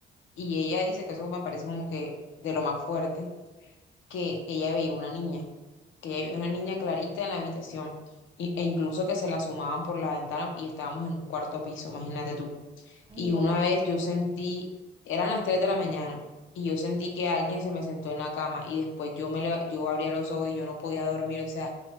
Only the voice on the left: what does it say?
Y ella dice que eso me parece como que de lo más fuerte, que ella veía una niña que ya había una niña clarita en la habitación y- e incluso que se la asomaban por la ventana y estábamos en un cuarto piso, imagínate tú.
Y
una
vez
yo sentí, eran las 3 de la mañana y yo sentí que alguien se me sentó en la cama y después yo me leva- yo abría los ojos y yo no podía dormir, o sea,